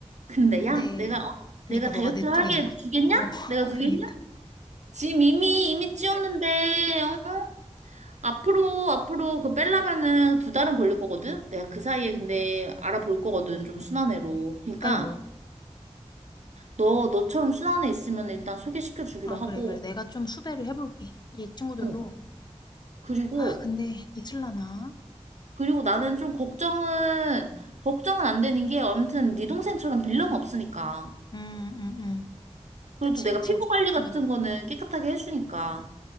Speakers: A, on the right (about 80°); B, on the left (about 40°).
A: 근데
B: 근데
A: 야 내가 어?
B: 그니까
A: 내가 다이어트
B: 너가 내뚜겠냐
A: 하게 주겠냐?
B: 어 <laughs>
A: 내가 주겠냐?
B: 그니까
A: 지금 이미 이미 찌웠는데 어? 앞으로 앞으로 그 빼려면은 두 달은 걸릴 거거든. 내가 그 사이에 근데 알아볼 거거든 좀 순한 애로. 그러니까
B: 아이고
A: 너 너처럼 순한 애 있으면 일단 소개시켜 주기로
B: 아
A: 하고.
B: 그래 그래 내가 좀 수배를 해볼게 이 친구들로
A: 어 그리고
B: 아 근데 이틀라나
A: 그리고 나는 좀 걱정은 걱정은 안 되는 게 아무튼 네 동생처럼 빌런 없으니까.
B: 음 음 음
A: 그래도
B: 그치
A: 내가
B: 그치
A: 피부 관리 같은
B: 음.
A: 거는 깨끗하게 해주니까.